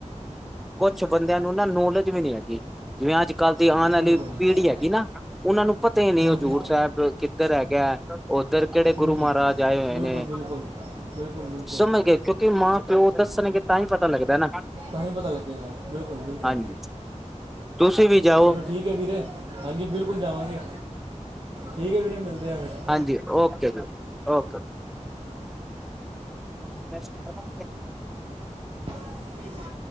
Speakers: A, in the centre; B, on the right.
A: ਕੁਛ ਬੰਦਿਆਂ ਨੂੰ ਨਾ ਨੌਲੇਜ ਵੀ ਨੀ ਹੈਗੀ। ਜਿਵੇਂ ਅੱਜ ਕੱਲ੍ਹ ਦੀ ਆਣ ਵਾਲੀ
B: ਬਿਲਕੁਲ ਹੂੰ
A: ਪੀੜ੍ਹੀ ਹੈਗੀ ਨਾ। ਉਹਨਾ ਨੂੰ ਪਤਾ ਹੀ ਨਹੀਂ ਹਜ਼ੂਰ
B: ਹੂੰ
A: ਸਾਹਿਬ ਕਿੱਧਰ ਹੈਗਾ ਉੱਧਰ ਕਿਹੜੇ
B: ਹੂੰ
A: ਗੁਰੂ ਮਹਾਰਾਜ ਆਏ ਹੋਏ
B: ਬਿਲਕੁਲ
A: ਨੇ।
B: ਬਿਲਕੁਲ ਬਿਲਕੁਲ ਬਿਲਕੁਲ
A: ਸਮਝ ਗਏ ਕਿਉਂਕਿ ਮਾਂ ਪਿਓ ਦੱਸਣਗੇ ਤਾਂ ਹੀ ਪਤਾ ਲੱਗਦਾ ਨਾ।
B: ਤਾਂ ਹੀ ਪਤਾ ਲੱਗੇਗਾ ਬਿਲਕੁਲ-ਬਿਲਕੁਲ
A: ਹਾਂਜੀ ਤੁਸੀਂ ਵੀ ਜਾਓ
B: ਚਲੋ ਠੀਕ ਹੈ ਵੀਰੇ ਹਾਂਜੀ ਬਿਲਕੁਲ ਜਾਵਾਂਗੇ। ਠੀਕ ਹੈ ਵੀਰੇ ਮਿਲਦੇ ਆ ਫੇਰ
A: ਹਾਂਜੀ ਓਕੇ ਜੀ ਓਕੇ- ਓਕੇ ਰੂਮ ਫਰੈਸ ਕਰਾ। <inaudible>
B: <inaudible> ਠੀਕ ਹੈ।